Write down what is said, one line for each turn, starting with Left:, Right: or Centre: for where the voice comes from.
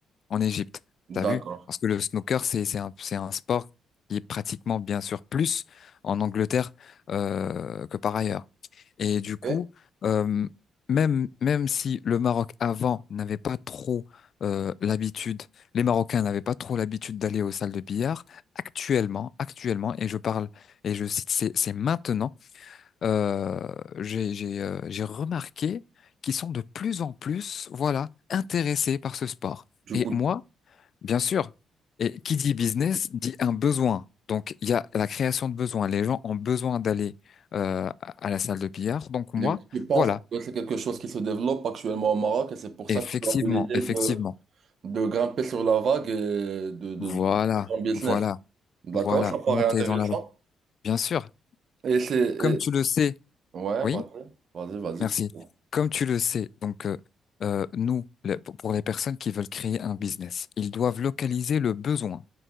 Left: en Égypte. T'as
Right: D'accord.
Left: vu? Parce que le snooker, c'est, c'est un, c'est un sport qui est pratiquement, bien sûr, plus en Angleterre euh, que par ailleurs. Et du coup,
Right: Ok.
Left: euh, même, même si le Maroc avant n'avait pas trop euh, l'habitude, les Marocains n'avaient pas trop l'habitude d'aller aux salles de billard, actuellement, actuellement, et je parle, et je cite, c'est c'est maintenant, euh, j'ai, j'ai, euh, j'ai remarqué qu'ils sont de plus en plus, voilà, intéressés par ce sport.
Right: Du
Left: Et
Right: coup,
Left: moi, Bien sûr. Et qui dit business dit un besoin. Donc, il y a la création de besoins. Les gens ont besoin d'aller euh, à la salle de billard. Donc, moi,
Right: Et Du coup, tu penses
Left: voilà.
Right: que c'est quelque chose qui se développe actuellement au Maroc et c'est pour ça
Left: Effectivement,
Right: que tu as eu l'idée
Left: effectivement.
Right: de, de grimper sur la vague et de, de, de
Left: Voilà,
Right: créer ton business.
Left: voilà,
Right: D'accord,
Left: voilà.
Right: ça paraît
Left: Monter
Right: intéressant.
Left: dans la... Bien sûr.
Right: Et c'est...
Left: Comme tu
Right: et-
Left: le sais,
Right: Ouais,
Left: oui,
Right: vas-y, vas-y, vas-y.
Left: merci. Comme tu le sais, donc, euh, euh, nous, le- pour pour les personnes qui veulent créer un business, ils doivent localiser le besoin.